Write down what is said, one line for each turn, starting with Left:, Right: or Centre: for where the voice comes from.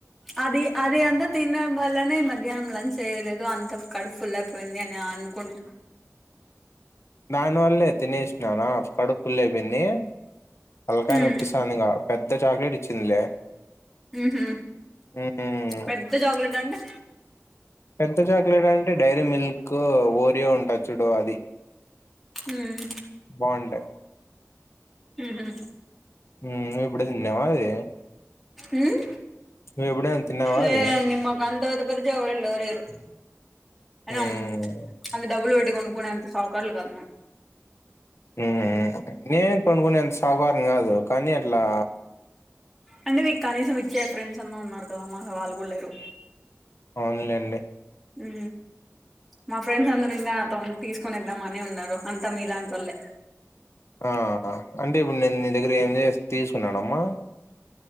Centre: అది అది అంతా తిండం వల్లనే మధ్యాహ్నం లంచ్ చేయలేదు అంత కడుప్ఫుల్ల పోయింది అని ఆనుకుంటా
Left: దాని వల్లే తినేష్ నానా కడుపు ఫుల్లైపోయింది తల్కాయ
Centre: మ్మ్
Left: నొప్పిస్తాందిక పెద్ద చాక్లెట్ ఇచ్చిందిలే
Centre: హ
Left: మ్మ్
Centre: పెద్ద చాక్లెట్ అంటె
Left: పెద్ద చాక్లెట్ అంటే డైరీ మిల్క్ ఓరియో ఉంటాయి చుడు అది
Centre: మ్
Left: బాగుంటాయి
Centre: హ
Left: నువ్ ఎప్పుడు తిన్నావ అది
Centre: మ్
Left: నువ్వు ఎప్పుడైనా తిన్నావా
Centre: లేదండి
Left: అది
Centre: మాక్ వంద వద్ద పెద్దజాగిలెట్లు ఎవ్వరీయరు అనా
Left: మ్మ్
Centre: అంత డబ్బులు పెట్టి కొనుక్కునేంత షావుకార్లు కాదు మమ్
Left: నే నేను కొనుగునే అంత షావుకారిని కాదు కానీ అట్లా
Centre: అంటే మీకు కనీసం ఇచ్చే ఫ్రెండ్స్ అన్నా ఉన్నారు కదా మాకు వాళు కూడా లేరు
Left: అవున్లేండి
Centre: ఉ మా ఫ్రెండ్స్ అందరూ ఇంక నాతో తీసుకొనిద్దామనే ఉన్నారు అంతా మీలాంట వల్లే
Left: ఆ హ అంటే ఇప్పుడు నేను నీ దగ్గర ఏంజ్ చే తీసుకున్నానుమ్మా